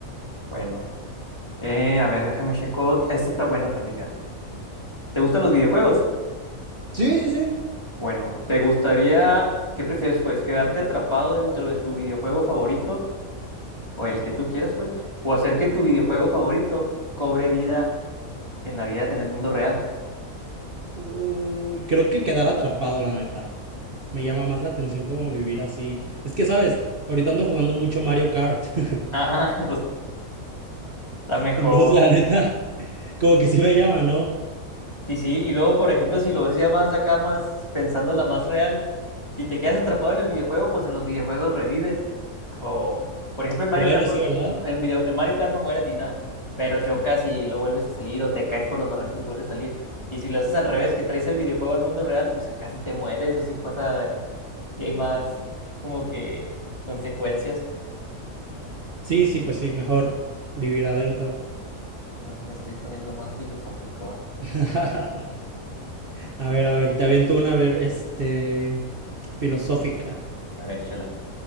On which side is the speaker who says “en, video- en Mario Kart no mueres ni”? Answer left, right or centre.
Left